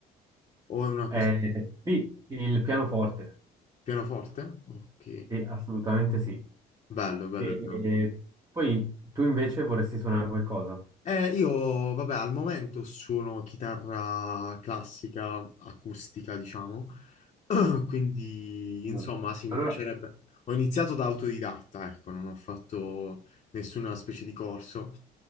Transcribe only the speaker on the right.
Eh,
sì, il pianoforte,
sì, assolutamente sì.
E,
e
poi tu invece vorresti suonare qualcosa?
Mm.
Allora,